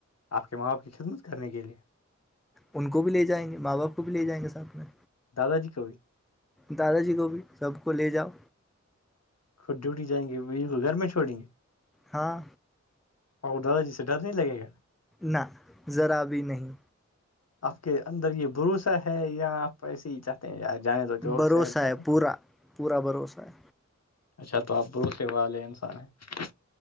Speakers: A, on the left; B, in the centre.
A: آپ کے ماں بپ کی خدمت کرنے کے لئے
B: ان کو بھی لے جائیں گے ماں باپ کو بھی لے جائیں گے ساتھ میں
A: دادا جی کوو
B: دادا جی کو بھی سب کو لے جاؤ
A: خود ڈیوٹی جائیں گے کو گھر میں چھوڑیں گے
B: ہاں
A: ادر جی س ڈر نہیں لگے گا
B: نہ ذرا بھی نہیں
A: آپ کے اندر یہ بھروسا ہے یا آپ ایسے ہی چ جنے تو جو
B: بھروسہ
A: س کیا
B: ہے پورا پورا بھروسہ ہے
A: اچھا تو آپ برو سیو والے انسان ہیں